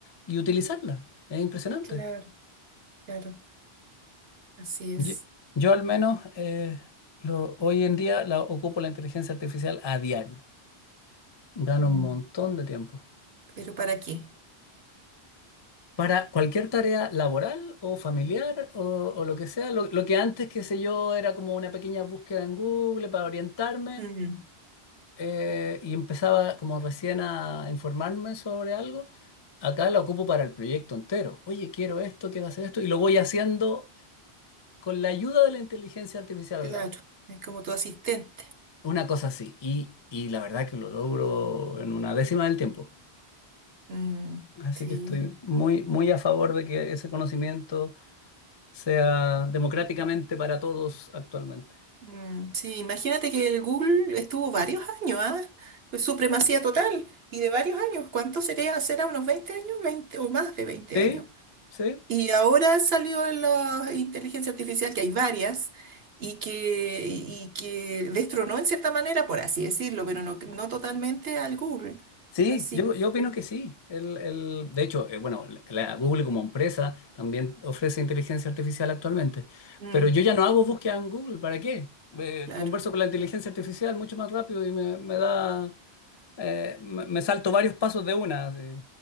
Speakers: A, on the left (about 30°); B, on the right (about 65°).
A: y utilizarla. Es impresionante.
B: claro, claro, así es.
A: Yo, yo al menos eh, lo- hoy en día la, ocupo la inteligencia artificial a diario. Gano
B: Mm.
A: un montón de tiempo.
B: Pero ¿para qué?
A: Para cualquier tarea laboral o familiar o, o lo que sea, lo, lo que antes, qué sé yo, era como una pequeña búsqueda en Google para orientarme
B: Mm.
A: eh, y empezaba como recién a informarme sobre algo, acá la ocupo para el proyecto entero. Oye, quiero esto, quiero hacer esto y lo voy haciendo con la ayuda de la inteligencia artificial
B: Claro,
A: al lado.
B: es como tu asistente.
A: Una cosa así. Y, y la verdad que lo logro en una décima del tiempo.
B: Mm,
A: Así
B: Sí.
A: que estoy muy, muy a favor de que ese conocimiento sea democráticamente para todos actualmente.
B: Mm, sí, imagínate que el Google estuvo varios años, ¿ah? Pues Supremacía total y de varios años. ¿Cuánto sería? ¿Será unos 20 años? veinte o más de veinte
A: Sí,
B: años.
A: sí,
B: Y ahora salió la inteligencia artificial, que hay varias, y que, y que destronó en cierta manera, por así decirlo, pero no, no totalmente al Google.
A: sí,
B: Así
A: yo, yo opino
B: que,
A: que sí. El, el- de hecho, eh, bueno, la la Google como empresa también ofrece inteligencia artificial actualmente,
B: mm,
A: pero yo ya no hago búsqueda en Google, ¿para qué? Eh,
B: claro,
A: converso con la inteligencia artificial mucho más rápido y me, me da, eh, me, me salto varios pasos de una. así.